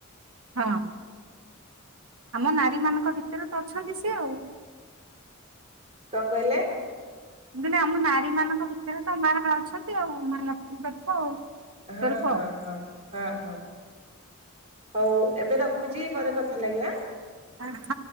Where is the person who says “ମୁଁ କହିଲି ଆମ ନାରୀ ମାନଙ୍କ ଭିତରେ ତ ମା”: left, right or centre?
Right